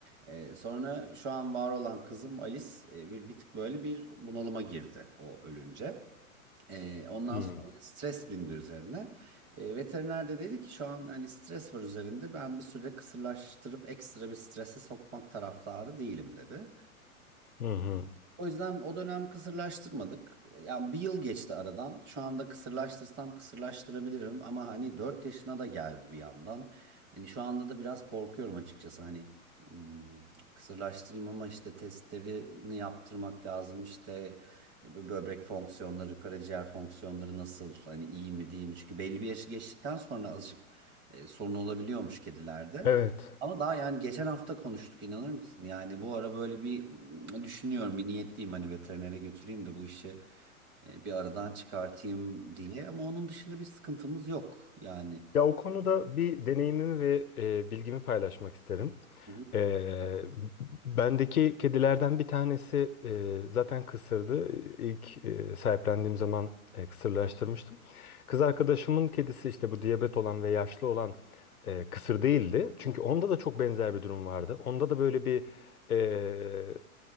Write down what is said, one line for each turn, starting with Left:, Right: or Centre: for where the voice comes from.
Right: E, sonra şu an var olan kızım Alice e, bir bir tık böyle bir bunalıma girdi o ölünce. E, ondan
Left: Hmm.
Right: sonra stres bindi üzerine. E, veteriner de dedi ki şu an hani stres var üzerinde ben bir süre kısırlaştırıp ekstra bir strese sokmak taraftarı değilim dedi.
Left: Hı hı.
Right: O yüzden o dönem kısırlaştırmadık. Yani bir yıl geçti aradan. Şu anda kısırlaştırsam kısırlaştırabilirim ama hani 4 yaşına da geldi bir yandan. Hani şu anda da biraz korkuyorum açıkçası hani hmm, kısırlaştırayım ama işte testlerini yaptırmak lazım. işte e, bö- böbrek fonksiyonları, karaciğer fonksiyonları nasıl hani iyi mi değil mi? Çünkü belli bir yaşı geçtikten sonra azıcık e, sorun olabiliyormuş kedilerde.
Left: Evet.
Right: Ama daha yani geçen hafta konuştuk inanır mısın? Yani bu ara böyle bir mm, düşünüyorum bir niyetliyim hani veterinere götüreyim de bu işi e, bir aradan çıkartayım diye. Ama onun dışında bir sıkıntımız yok yani.
Left: Ya o konuda bir deneyimimi ve e, bilgimi paylaşmak isterim.
Right: Hı hı.
Left: Ee, bendeki kedilerden bir tanesi e, zaten kısırdı. İlk e, sahiplendiğim zaman e, kısırlaştırmıştım. Kız arkadaşımın kedisi işte bu diyabet olan ve yaşlı olan e, kısır değildi. Çünkü onda da çok benzer bir durum vardı. Onda da böyle bir e,